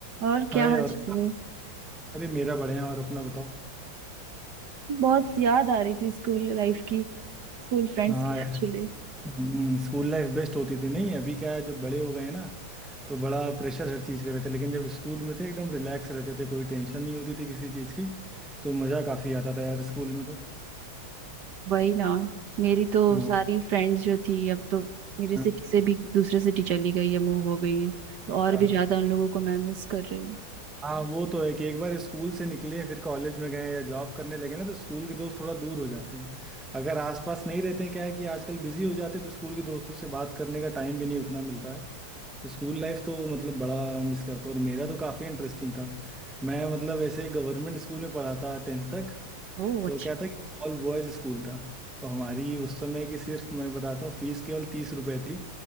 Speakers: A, on the right (about 60°); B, in the centre.
A: और
B: हाय
A: क्या हाल
B: और
A: चाल है
B: अरे मेरा बढ़िया और अपना बताओ
A: बहुत याद आ रही थी स्कूल लाइफ की स्कूल फ्रेंड्स
B: हाँ
A: की
B: यार
A: एक्चुअली
B: हम्म, स्कूल लाइफ बेस्ट होती थी नहीं अभी क्या है जब बड़े हो गए हैं ना तो बड़ा प्रेशर हर चीज़ का रहता है लेकिन जब स्कूल में थे एकदम रिलैक्स रहते थे कोई टेंशन नहीं होती थी किसी चीज़ की तो मज़ा काफ़ी आता था यार स्कूल में तो
A: वही ना मेरी तो
B: हाँ
A: सारी फ्रेंड्स जो थी अब तो मेरे
B: हाँ,
A: सिटी से भी दूसरे सिटी चली गई है मूव हो गई है तो
B: अच्छा
A: और भी ज्यादा उन लोगों को मैं मिस कर रही हूँ
B: हाँ वो तो है कि एक बार स्कूल से निकले फिर कॉलेज में गए या जॉब करने लगे ना तो स्कूल के दोस्त थोड़ा दूर हो जाते हैं अगर आसपास नहीं रहते हैं क्या है कि आजकल बिजी हो जाते हैं तो स्कूल के दोस्तों से बात करने का टाइम भी नहीं उतना मिलता है तो स्कूल लाइफ तो मतलब बड़ा मिस करता हूँ और मेरा तो काफ़ी इंटरेस्टिंग था मैं मतलब ऐसे गवर्नमेंट स्कूल में पढ़ा था टेंथ तक
A: ओह
B: तो
A: अच्छा
B: क्या था कि ऑल बॉयज़ स्कूल था तो हमारी उस समय की सिर्फ मैं बताता हूँ फीस केवल तीस रुपये थी